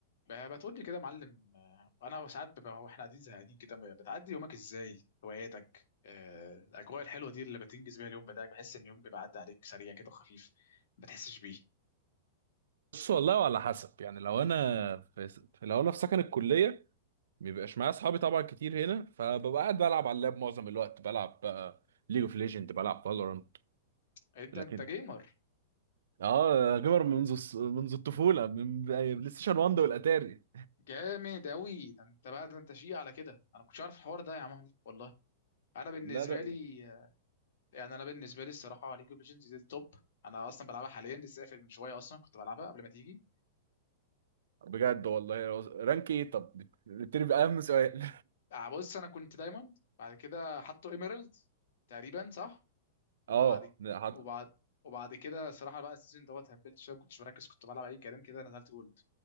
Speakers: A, on the left; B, on the right.
A: ب- بتقول لي كده يا معلم آه، انا ساعات ببقى واحنا قاعدين زهقانين كده ب- بتعدي يومك ازاي هواياتك آه، الاجواء الحلوه دي اللي بتنجز بيها اليوم بتاعك بحس ان اليوم بيبقى عدى عليك سريع كده وخفيف ما بتحسش بيه
B: بص والله وعلى حسب يعني لو انا في في- لو انا في سكن الكليه مبيبقاش معايا اصحابي طبعا كتير هنا فببقى قاعد بلعب على اللاب معظم الوقت بلعب بقى ليج اوف ليجند بلعب فالورانت
A: إيه ده
B: لكن
A: انت جيمر
B: اه جيمر منذ الص- منذ الطفوله من بلاي ستيشن 1 والاتاري
A: جامد قوي ده انت بقى ده انت شيء على كده انا ما كنتش عارف الحوار ده يا عم والله انا بالنسبه
B: لا لا
A: لي آه، يعني انا بالنسبه لي الصراحه ليج اوف ليجندز دي التوب انا اصلا بلعبها حاليا لسه قافل من شويه اصلا كنت بلعبها قبل ما تيجي
B: بجد والله رانك ايه طب نبتدي باهم سؤال
A: آه، بص انا كنت دايموند بعد كده حطوا ايميرالد تقريبا صح
B: <laughs> اه
A: وبعد
B: حط
A: وبعد وبعد كده صراحه بقى السيزون دوت هبلت شويه ما كنتش مركز كنت بلعب اي كلام كده نزلت جولد